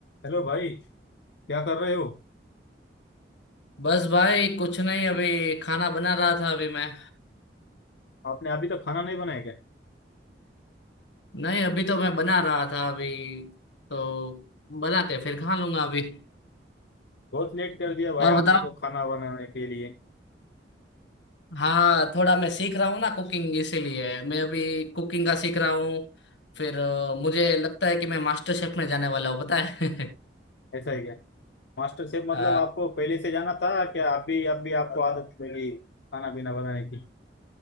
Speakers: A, on the left (about 70°); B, on the left (about 85°).
A: Hello भाई क्या कर रहे हो
B: बस भाई कुछ नहीं अभी खाना बना रहा था अभी मैं
A: आपने अभी तक खाना नहीं बनाया क्या
B: नहीं अभी तो मैं बना रहा था अभी तो बना के फिर खा लूंगा अभी
A: बहुत लेट कर दिया भाई
B: और
A: आपने
B: बताओ
A: तो खाना बनाने के लिए
B: हाँ थोड़ा मैं सीख रहा हूँ ना कुकिंग इसीलिए मैं अभी कुकिंग का सीख रहा हूँ फिर अ, मुझे लगता है कि मैं मास्टर शेफ में जाने वाला हूँ पता है
A: ऐसा है क्या Master chef मतलब
B: <laughs> अ,
A: आपको पहले से जाना था क्या अभी अभी आपको आदत लगी खाना पीना बनाने की